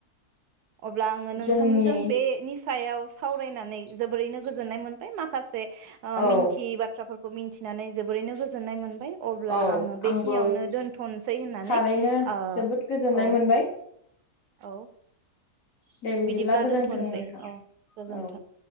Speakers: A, on the right; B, on the left.
A: अब्ला आङो नोंथांजों
B: जोंनि
A: बेनि सायाव सावरायनानै जोबोरैनो गोजोननाय मोनबाय माखासे आ
B: औ
A: मिन्थि बाथ्राफोर खौ मिन्थिनानै जोबोरैनो गोजोननाय मोनबाय। अब्ला
B: औ
A: आङो बेखिनियावनो
B: आंबो
A: दोनथ'सै होननानै
B: थारैनो
A: ओ
B: जोबोद गोजोननाय
A: औ
B: मोनबाय
A: औ
B: दे
A: बिदिब्ला
B: गोजोन्थों
A: दोनथ'नोसै
B: नोंथां
A: औ गोजोन्थों।
B: औ